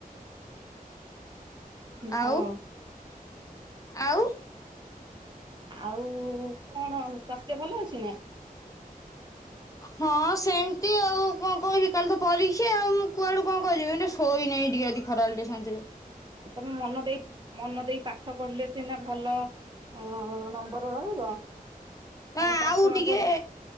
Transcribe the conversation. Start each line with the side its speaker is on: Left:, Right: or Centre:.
Right: ହଁ।
Left: ଆଉ ଆଉ?
Right: ଆଉ କଣ ସ୍ୱାସ୍ଥ୍ୟ ଭଲ ଅଛିନା?
Left: ହଁ ସେମିତି ଆଉ କଣ କହିବି କାଲିତ ପରୀକ୍ଷା ଆଉ ମୁଁ କୁଆଡ଼ୁ କଣ କହିବି ମୁଟିକେ ଶୋଇନାହିଁ ଟିକେ ଆଜି ଖରାବେଳେ ଟିକେ ସାନ୍ତିରେ।
Right: ତମେ ମନ ଦେଇ ମନ ଦେଇ ପାଠ ପଢିଲେ ସିନା ଭଲ ଅଁ ନମ୍ବର ରହିବ
Left: ନା
Right: ପାଠ
Left: ଆଉ
Right: ନ
Left: ଟିକେ
Right: ପଢିଲେ